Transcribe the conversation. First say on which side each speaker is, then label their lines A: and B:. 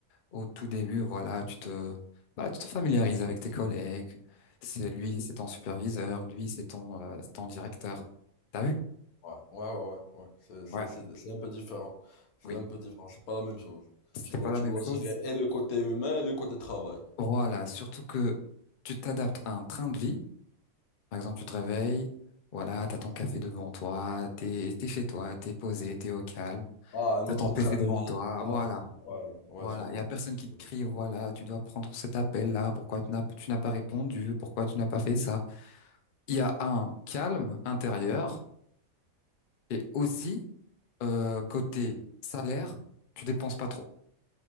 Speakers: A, on the left; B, on the left.
A: Au tout début, voilà, tu te, voilà, tu te familiarises avec tes collègues. C'est lui, c'est ton superviseur, lui, c'est ton, euh, c'est ton directeur. T'as vu?
B: Ouais, ouais, ouais, ouais, ouais. C'est, c'est,
A: Ouais,
B: c'est, c'est un peu différent. C'est
A: oui.
B: un peu différent, c'est pas la même chose.
A: C'est
B: Tu dois,
A: pas la
B: tu
A: même
B: dois
A: chose.
B: gérer et le côté humain et le côté travail.
A: Voilà, surtout que tu t'adaptes à un train de vie. Par exemple, tu te réveilles, voilà, t'as ton café devant toi, t'es, t'es chez toi, t'es posé, t'es au calme,
B: Ah, un
A: t'as
B: autre
A: ton PC
B: train de
A: devant
B: vie.
A: toi,
B: Ah,
A: voilà,
B: ouais, ouais,
A: voilà.
B: je vois.
A: Il y a personne qui te
B: Je vois.
A: crie, voilà, tu dois prendre cet appel-là, pourquoi tu n'as, tu n'as pas répondu, pourquoi tu n'as pas fait ça. il y a un calme intérieur et aussi euh, côté salaire, tu dépenses pas trop.